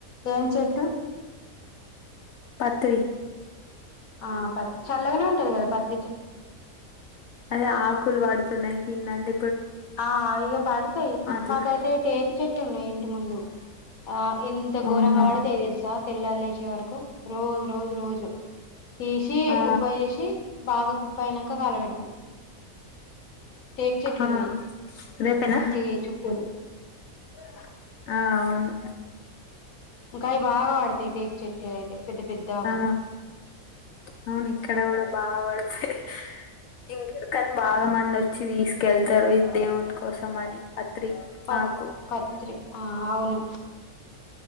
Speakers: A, on the left; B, on the left.
A: ఏం చె పెెట్
B: పత్రి
A: ఆ పత్ చల్లగానే ఉంటుంది కదా పత్
B: అదే ఆకులు వాడుతు స్తున్నాైకిందంటే
A: ఆ ఇక పడతాయి
B: అట్లా
A: మాకైతే టేక చెట్లు ఉన్నాయి ఇంటి ముందు ఆ ఎంత
B: అవునా
A: ఘోరంగా వాడో తె తెలుసా తెల్లళ వసే వరకు రోజ రోజు రోజు తీసి
B: ఆ
A: కుప్ప చేసి బాగా కుప్ప అయినాక కలపెదట టేక్ చెట్లు
B: ఆ
A: ఉన్నాయి
B: రేపేనా
A: ఇంటి చుట్టూరు ఆ
B: ఆ అవును
A: ఇంకా అవి బాగా పడతాయి టేక్ చెట్లు అయితే పెద్ద పెద్ద ఆకులు
B: ఆ అవును ఇక్కడ కూడా బాగా పడతాయి ఇంక ఇకని బాగా మన్ వచ్చి తీసుకెళ్తారు ఇ దేవుని కోసం అని పత్రి
A: ప
B: ఆకు
A: పత్రి ఆ అవును